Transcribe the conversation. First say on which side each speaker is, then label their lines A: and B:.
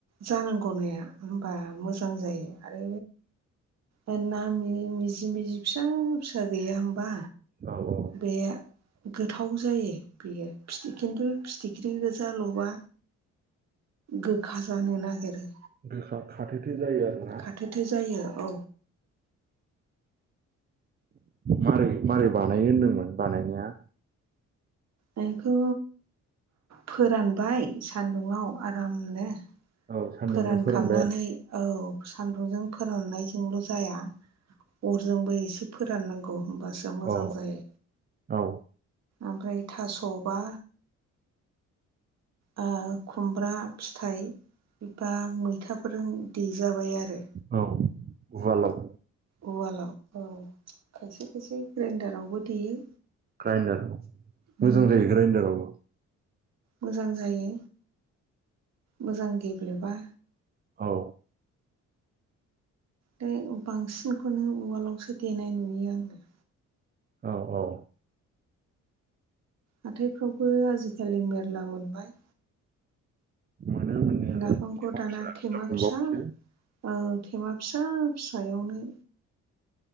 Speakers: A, on the right; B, on the right.
A: जानांगौ नाया होनबा मोजां जायो आरो बै ना मिजि मिजि फिसा फिसा गैया होमबा
B: औ औ
A: बे गोथाव जायो बेयो खिन्थु फिथिख्रि गोोजा लबा गोखा जानो नागिरो
B: गोखा खाथोथो जायो आरोना
A: खाथोथो जायो औ
B: मारै मारै बानायनो होनदोंमोन बानायनाया
A: बेखौ फोरानबाय सान्दुंआव आरामनो
B: औ सान्दुंजों
A: फोरानखांनानै
B: फोरानबाय आरो
A: औ सान्दुंजों फोराननायजोंल' जाया अरजोंबो एसे फोराननांगौ होमबासो मोजां
B: औ
A: जायो
B: औ
A: ओमफ्राय थास'बा ओ खुमब्रा फिथाइ बा मैथाफोरजों देजाबाय आरो
B: औ उवालाव
A: उवालाव औ खायसे खायसे ग्राइन्डारावबो देयो
B: ग्राइडाराव
A: उम
B: मोजां जायो ग्राइडाराव
A: मोजां जायो मोजां गेब्लेबा
B: औ
A: दों बांसिनखौनो उवालावसो देनाय नुयो आङो
B: औ औ
A: हाथायफ्रावबो आजिखालि मेरला मोनबाय
B: मोनो मोननायालाय
A: नाफामखौ
B: एमा
A: दाना
B: फिसा
A: थेमा
B: मोनबावोसो
A: फिसा औ थेमा फिसा फिसायावनो